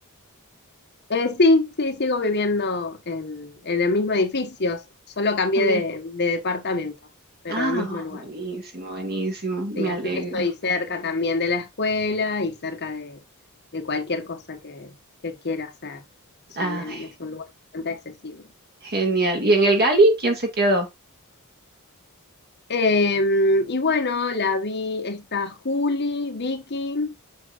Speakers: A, on the left; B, on the right.
A: Eh, sí, sí, sigo viviendo en, en el mismo edificio, s- solo cambié
B: también?
A: de, de departamento, pero
B: Ah,
A: el mismo lugar.
B: buenísimo, buenísimo. Me
A: Sí,
B: alegro.
A: así que estoy cerca también de la escuela y cerca de, de cualquier cosa que, que quiera hacer. O sea,
B: Ay,
A: me- es un lugar bastante accesible.
B: genial. ¿Y en el Gali quién se quedó?
A: Eh, y bueno, la vi, está Juli, Vicky,